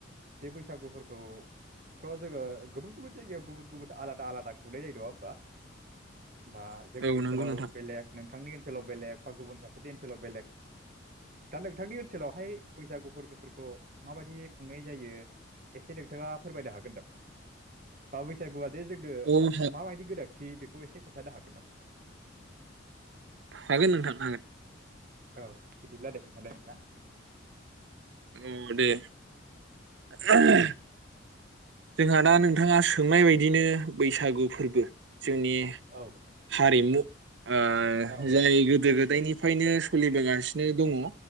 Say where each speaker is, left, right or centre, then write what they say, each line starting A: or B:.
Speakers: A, on the right; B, on the right.
A: बे बैसागुफोरखौथ' जोङो गुबुन गुबुन जायगायाव गुबुन गुबुन आलादा आलादा खुंनाय जायो नङा होमबा? ओ
B: औ
A: जोंनि
B: औ
A: ओनसोलाव
B: नंगौ नोंथां
A: बेलेग नोंथां नोंथांनि ओनसोलाव बेलेग बा गुबुन सासेनि ओनसोलाव बेलेग दा नोंथांनि ओनसोलावहाय बैसागु फोरबोफोरखौ माबायदि खुंनाय जायो एसे नोंथाङा फोरमायनो हागोन नामा? बा बैसाग‌ <unintelligible> जोंनो
B: अ
A: माबायदि गोनां थि बेखौ एसे खोन्थानो हागोन नामा?
B: हागोन नोंथां हागोन।
A: औ बिदिब्ला दे खोन्थालाय नोंथाङा
B: औ दे <inaudible> जोंहा दा नोंथाङा सोंनाय बायदिनो बैसागु फोरबो जोंनि
A: औ औ
B: हारिमु ओ
A: औ
B: जाय गोदो गोदायनिफ्रायनो सोलिबोगासिनो दङ